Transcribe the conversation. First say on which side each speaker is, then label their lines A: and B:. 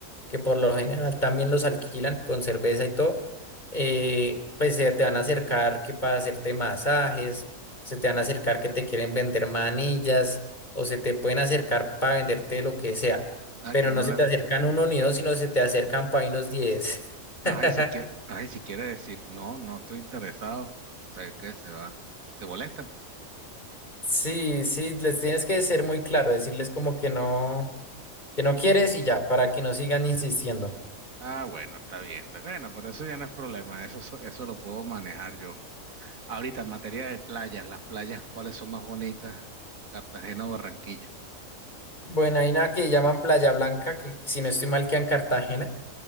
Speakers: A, on the left (about 35°); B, on the right (about 80°).
A: que por lo general también los alquilan con cerveza y todo, eh, pues se te van a acercar que para hacerte masajes, se te van a acercar que te quieren vender manillas o se te pueden acercar para venderte lo que sea,
B: Ah,
A: pero
B: que
A: no
B: no
A: se
B: le...
A: te acercan uno ni dos, sino se te acercan para unos diez.
B: Ay,
A: <laughs>
B: si quiere, ay, si quiere decir, no, no estoy interesado. Sé que se va. ¿Se molestan?
A: Sí, sí, les tienes que ser muy claro, decirles como que no, que no quieres y ya, para que no sigan insistiendo.
B: Ah, bueno, está bien, está bueno, pero eso ya no es problema, eso, so- eso lo puedo manejar yo. Ahorita, en materia de playas, las playas, ¿cuáles son más bonitas? Cartagena o Barranquilla.
A: Bueno, hay una que llaman Playa Blanca, que si no estoy mal queda en Cartagena,